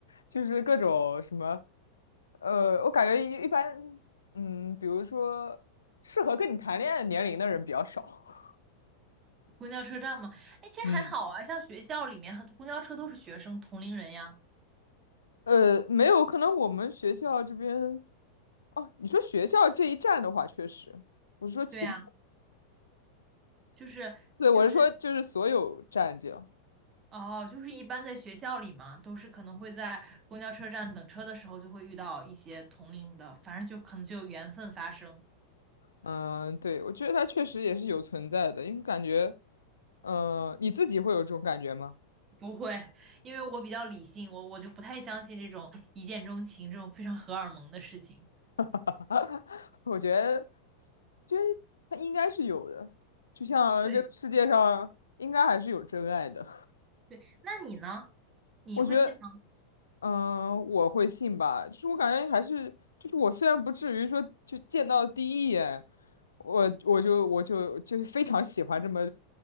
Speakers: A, on the left (about 70°); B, on the right (about 25°).
A: 就是各种什么，呃，我感觉一一般，嗯，比如说适合跟你谈恋爱年龄的人比较少。
B: 公交车站嘛，哎，其实还好啊，
A: 嗯，
B: 像学校里面很公交车都是学生同龄人呀。
A: 呃，没有，可能我们学校这边，哦，你说学校这一站的话，确实，我是说其他，
B: 对呀，就是。
A: 对，我是说就是所有站这样，
B: 就是哦，就是一般在学校里嘛，都是可能会在公交车站等车的时候就会遇到一些同龄的，反正就可能就有缘分发生。
A: 嗯，对，我觉得它确实也是有存在的，因为感觉，呃，你自己会有这种感觉吗？
B: 不会，因为我比较理性，我我就不太相信这种一见钟情这种非常荷尔蒙的事情。
A: <laughs> 我觉得，就得它应该是有的，就像这个世界上应该还是有真爱的，
B: 对对，那你呢？
A: <laughs>
B: 你会信吗？
A: 我觉得。嗯，我会信吧，就是我感觉还是，就是我虽然不至于说就见到第一眼，我我就我就就非常喜欢这么